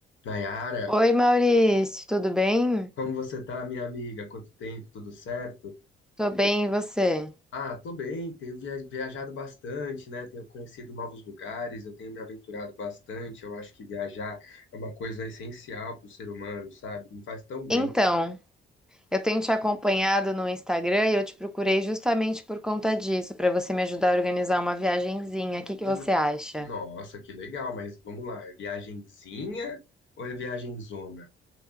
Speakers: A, on the left; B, in the centre.
A: Nayara,
B: Oi, Maurício, tudo bem?
A: como você tá, minha amiga? Quanto tempo? Tudo certo?
B: Tô bem, e você?
A: Ah, tô bem, tenho via- viajado bastante, né? Tenho conhecido novos lugares, eu tenho me aventurado bastante. Eu acho que viajar é uma coisa essencial para o ser humano, sabe? Me faz tão bem.
B: Então, eu tenho te acompanhado no Instagram e eu te procurei justamente por conta disso, pra você me ajudar a organizar uma viagenzinha. O que que
A: No-
B: você acha?
A: Nossa, que legal, mas vamos lá, é viagenzinha ou é viagenzona?